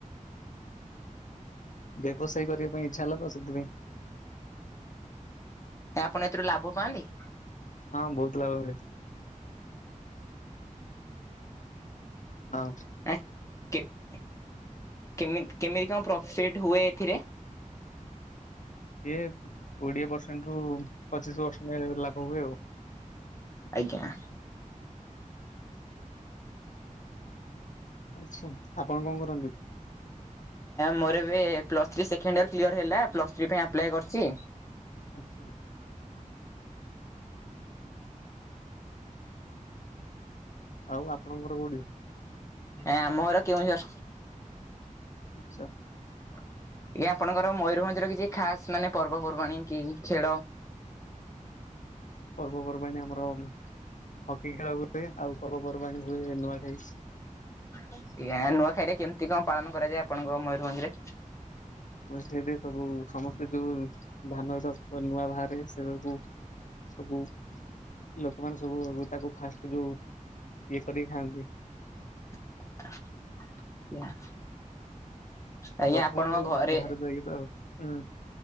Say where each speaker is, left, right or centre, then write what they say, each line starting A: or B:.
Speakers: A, on the left (about 70°); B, on the left (about 20°).
A: ବ୍ୟବସାୟ କରିବା ପାଇଁ ଇଛା ହେଲା ତ ସେଥିପାଇଁ
B: ଆପଣ ଏଥିରୁ ଲାଭ ପାଆନ୍ତି?
A: ହଁ ବହୁତ ଲାଭ ମିଳେ। ହଁ ଅଁ
B: ଆ କେମ କେମିତି କଣ ପ୍ରଫିଟ୍ ହୁଏ ଏଥିରେ
A: ଇଏ କୋଡିଏ ପରସେଣ୍ଟ ରୁ ପଚିଶ ପରସେଣ୍ଟ ଲାଭ ହୁଏ ଆଉ
B: ଆଜ୍ଞା।
A: ଆଛା, ଆପଣ କଣ କରନ୍ତି?
B: ମୋର ଏବେ plus three second year clear ହେଲା, ପ୍ଲସ୍ ଥ୍ରୀ ପାଇଁ ଆପ୍ଲାଏ କରିଛି।
A: ଆଛା। ଆଉ ଆପଣଙ୍କ ଘର କୋଉଠି?
B: ଆମ ଘର କେଉଁଝର।
A: ଆଛା।
B: ଆଜ୍ଞା, ଆପଣଙ୍କର ମୟୂରଭଞ୍ଜର କିଛି ଖାସ ମାନେ ପର୍ବପର୍ବାଣୀ କି ଖେଳ?
A: ପର୍ବପର୍ବାଣି ଆମର ହକି ଖେଳ ହୁଏ ଆଉ ପର୍ବପର୍ବାଣି ହୁଏ ନୂଆ ଖାଇ
B: ଆଜ୍ଞା ନୂଆଖାଇରେ କେମିତି କଣ ପାଳନ କରାଯାଏ ଆପଣଙ୍କ ମୟୂରଭଞ୍ଜରେ
A: ସେଇ ସବୁ ସମସ୍ତେ ଯୋଉ ଧାନ ନୂଆ ବାହାରେ ସେ ସବୁ ଲୋକମାନେ ସବୁ ତାକୁ ଫାଷ୍ଟ ଯୋଉ ଇଏ କରିକି ଖାଆନ୍ତି।
B: <unintelligible> ଆଜ୍ଞା
A: ପ୍ରଥମେ
B: ଆପଣଙ୍କ
A: ଯୋଉ
B: ଘରେ
A: ବାହାର ଯାଇକି ତ ହୁଁ